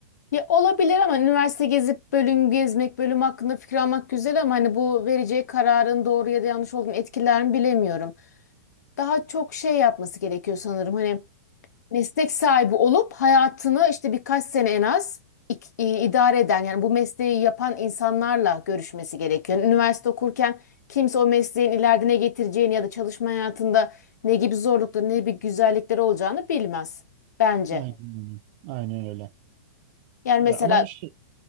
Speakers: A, on the left; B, on the right.
A: Ya olabilir ama üniversite gezip bölüm gezmek, bölüm hakkında fikir almak güzel ama hani bu vereceği kararın doğru ya da yanlış olduğunu etkilerini bilemiyorum. Daha çok şey yapması gerekiyor sanırım. Hani meslek sahibi olup hayatını işte birkaç sene en az ik- i- idare eden yani bu mesleği yapan insanlarla görüşmesi gerekiyor. Yani üniversite okurken kimse o mesleğin ileride ne getireceğini ya da çalışma hayatında ne gibi zorlukları, ne gibi güzellikleri olacağını bilmez bence.
B: Aynen öyle. Aynen öyle.
A: Yani
B: Ya
A: mesela
B: ama işte